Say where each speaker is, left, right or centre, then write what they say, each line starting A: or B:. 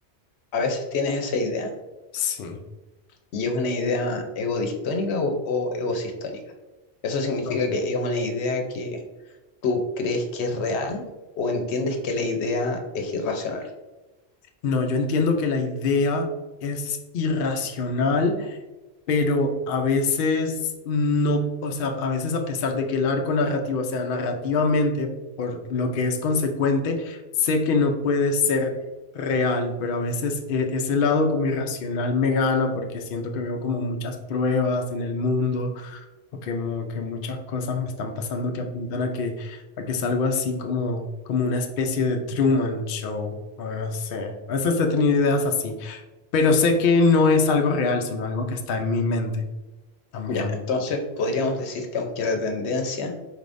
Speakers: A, on the left; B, on the left.
A: a veces tienes esa idea,
B: Sí.
A: ¿Y es una idea egodistónica o, o egosistónica? ¿Eso significa
B: No,
A: que es una idea que tú crees que es real o entiendes que la idea es irracional?
B: No, yo entiendo que la idea es irracional pero a veces no, o sea, a veces a pesar de que el arco narrativo sea narrativamente, por lo que es consecuente, sé que no puede ser real, pero a veces eh, ese lado como irracional me gana porque siento que veo como muchas pruebas en el mundo o que, mo- que muchas cosas me están pasando que apuntan a que, a que es algo así como, como una especie de Truman Show, o no sé, a veces he tenido ideas así. Pero sé que no es algo real, sino algo que está en mi mente. También,
A: Ya, entonces podríamos decir que aunque la tendencia